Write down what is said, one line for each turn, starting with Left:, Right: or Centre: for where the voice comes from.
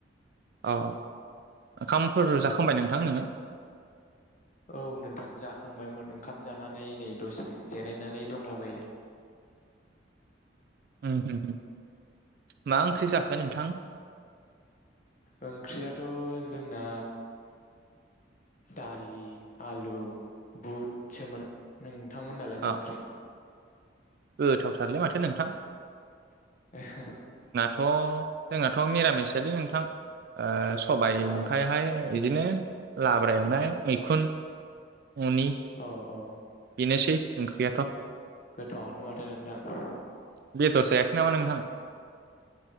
Right: अ ओंखामफोर जाखांबाय नोंथां नोङो?
Left: औ नोंथां जाखांबायमोन ओंखाम जानानै नै दसे जिरायनानै दंलाबायो।
Right: उम उम उम मा ओंख्रि जाखो नोंथां?
Left: ओंख्रियाथ' जोंना दालि आलु बहुदसोमोन नों थांमोन नालाय
Right: अ
Left: मा ओंख्रि?
Right: गोथावथारलै माथो नोंथां।
Left: <unintelligible>
Right: थ' जोंनाथ' मिरामिसोलै नोंथां ओ सबायाइ
Left: ओ
Right: ओमफ्रायहाय बिदिनो लाब्रा एवनाय मैखुन अनि
Left: औ औ
Right: बेनोसै। ओंख्रियाथ'
Left: गोथावनो माथो नोंथां।
Right: बेदर जायाखै नामा नोंथां?